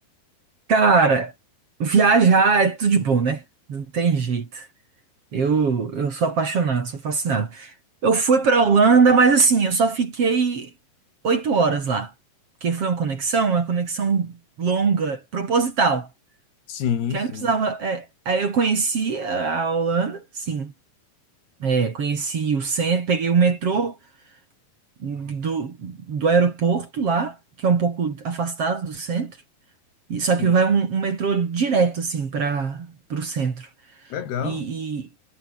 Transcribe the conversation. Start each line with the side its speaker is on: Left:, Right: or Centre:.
Right: Cara, viajar é tudo de bom, né? Não tem jeito. Eu, eu sou apaixonado, sou fascinado. Eu fui pra Holanda, mas assim, eu só fiquei oito horas lá. Porque foi uma conexão, uma conexão longa, proposital.
Left: Sim,
Right: Que
Left: sim,
Right: aí não precisava. é, aí eu conheci a a Holanda, sim. É, conheci o centro, peguei o metrô do, do aeroporto lá, que é um pouco afastado do centro. E- Só que
Left: sim.
Right: vai um, um metrô direto, assim, para o centro.
Left: Legal.
Right: E,